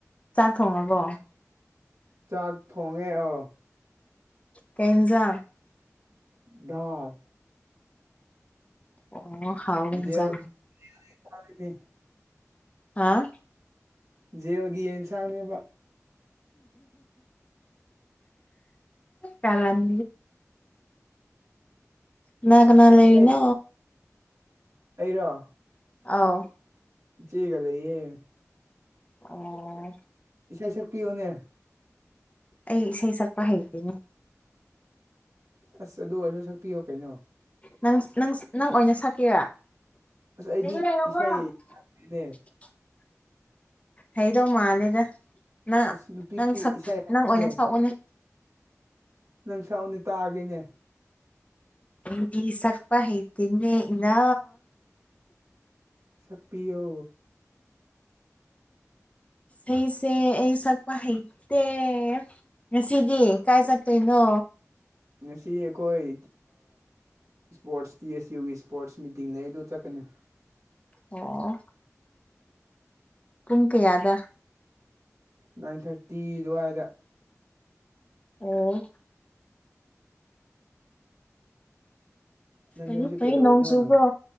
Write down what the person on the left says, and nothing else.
ꯆꯥꯛ ꯊꯣꯡꯉꯕꯣ
ꯀꯦꯟꯖꯥ
ꯑꯣ ꯍꯥꯎꯒꯖ
ꯍꯥ
ꯀꯗꯤ ꯉꯅꯥ ꯀꯅꯥ ꯂꯩꯕꯤꯅ
ꯑꯥꯎ
ꯑꯣ
ꯑꯩ ꯏꯁꯩ ꯁꯛꯄ ꯍꯩꯗꯣꯏꯅꯦ
ꯅ ꯅ ꯅꯪ ꯑꯣꯏꯅ ꯁꯛꯀꯦꯔꯥ ꯕ
ꯍꯩꯗꯧ ꯃꯥꯜꯂꯦꯗ ꯅꯪ
ꯅꯪ
ꯅꯪ ꯑꯣꯏꯅ ꯁꯛꯎꯅꯦ
ꯏꯗꯤ ꯁꯛꯄ ꯍꯩꯇꯅꯦ ꯏꯅꯥ
ꯁꯤꯁꯦ ꯑꯩ ꯆꯛꯄ ꯍꯥꯏꯩꯇ ꯉꯁꯤꯗꯤ ꯀꯥꯏ ꯆꯠꯇꯣꯏꯅꯣ
ꯑꯣ ꯏꯪ ꯀ ꯌꯥꯗ
ꯑꯣ
ꯐꯩ
ꯐꯩ
ꯅꯣꯡ ꯆꯨꯕ꯭ꯔꯣ